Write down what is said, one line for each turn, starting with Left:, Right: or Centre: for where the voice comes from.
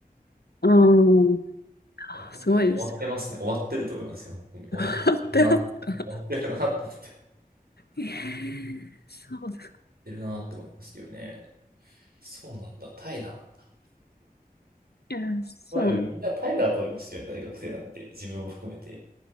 Left: うん。あすごいですよ。
Right: や、本当に終わってますね。終わってると思いますよ。本当に終わってるな、
Left: <laughs> 笑ってます
Right: 終わってるなと思って。
Left: か
Right: 終わっ
Left: えーそうですか。
Right: てるなって思いますけどね。そうなんだ、怠惰なんだ。
Left: いや、そうなん。
Right: まあでもみんな怠惰だと思いますよね、大学生なんて。自分も含めて。